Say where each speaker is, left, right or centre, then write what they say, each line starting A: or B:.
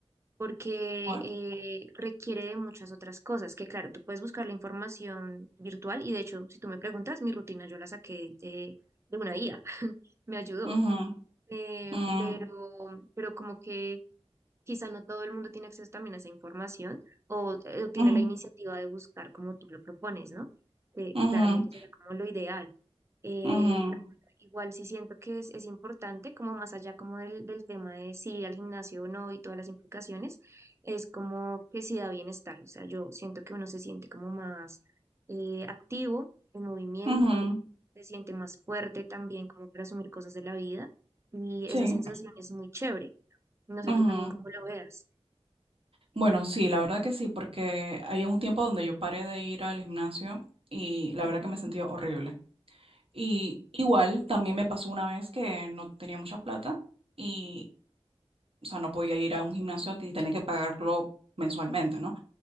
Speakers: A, on the right; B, on the right.
A: porque
B: bueno.
A: eh, requiere de muchas otras cosas, que claro, tú puedes buscar la información virtual y de hecho, si tú me preguntas, mi rutina yo la saqué de, de una guía, me ayudó,
B: Ujú,
A: eh,
B: mm,
A: pero, pero como que Quizá no todo el mundo tiene acceso también a esa información o, eh, o tiene
B: ujú,
A: la iniciativa de buscar como tú lo propones, ¿no? Que
B: ujú,
A: claramente será como lo ideal. Eh,
B: ujú,
A: pero bueno, igual sí siento que es, es importante, como más allá como del, del tema de si ir al gimnasio o no y todas las implicaciones, es como que sí da bienestar. O sea, yo siento que uno se siente como más eh, activo, en movimiento,
B: ujú.
A: se siente más fuerte también como para asumir cosas de la vida y
B: Sí.
A: esa sensación es muy chévere. No sé
B: ujú.
A: tú también cómo lo veas.
B: Bueno, sí, la verdad que sí, porque había un tiempo donde yo paré de ir al gimnasio y la
A: Ujú,
B: verdad que me sentía horrible. Y igual también me pasó una vez que no tenía mucha plata y, o sea, no podía ir a un gimnasio y tenía que pagarlo mensualmente, ¿no?